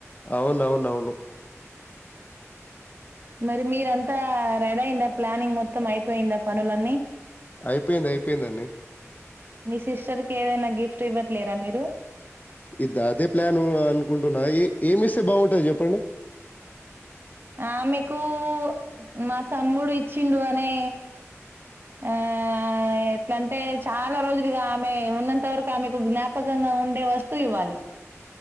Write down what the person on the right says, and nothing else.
మరి మీరంతా రడయిందా ప్లానింగ్ మొత్తం అయిపోయిందా పనులన్నీ
మీ సిస్టర్కి ఏదైనా గిఫ్ట్ ఇవ్వట్లేరా మీరు
ఆమెకు మా తమ్ముడు ఇచ్చిండు అనే ఆ ఎట్లాంటే, చాలా రోజులుగా ఆమె ఉన్నంత వరకు ఆమెకు జ్ఞాపక. కంగా ఉండే వస్తువు ఇవ్వాలి